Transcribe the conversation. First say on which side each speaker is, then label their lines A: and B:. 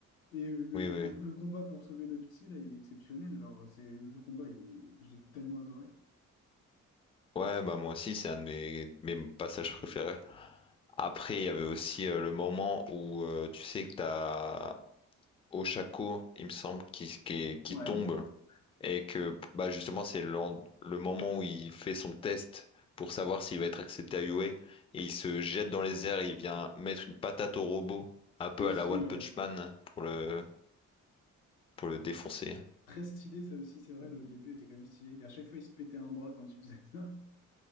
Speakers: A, on the left (about 80°); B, on the left (about 15°).
A: Et euh,
B: oui,
A: le,
B: oui.
A: com- le combat pour sauver le petit, là, il est exceptionnel. Genre, c'est le combat, il- j'ai tellement adoré.
B: Ouais, bah moi aussi, c'est un de mes, mes passages préférés. Après, il y avait aussi euh, le moment où euh, tu sais que t'as Oshako, il me semble, qui, qui, est- qui
A: Ouais,
B: tombe et que bah justement c'est le, le moment où il fait son test pour savoir s'il va être accepté à UA et il se jette dans les airs et il vient mettre une patate au robot, un peu
A: aussi,
B: à la One
A: ouais.
B: Punch Man pour le pour le défoncer.
A: Très stylé, ça aussi, c'est vrai, le début était quand même stylé. Et à chaque fois, il se pétait un bras quand il faisait ça.